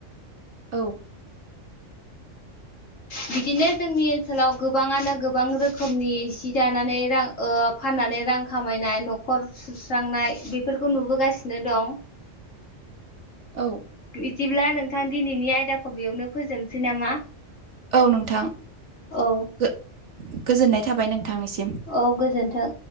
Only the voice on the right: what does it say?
औ
औ
औ नोंथां।
गो-गोजोननाय थाबाय नोंथांनिसिम।